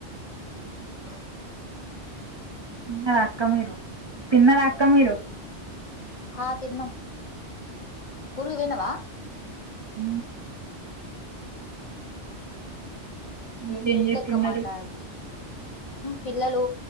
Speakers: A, on the left (about 30°); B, on the right (about 30°).
A: ఆ
B: తిన్నారా అక్క మీరు తిన్న రా అక్క మీరు
A: ఆ తిన్న ఊరికి పోయినావ
B: హ ఇంకేం
A: రే ఫ్రెండ్
B: చేస్తున్నారు
A: లెక్క మాట్లాడదు పిల్లలు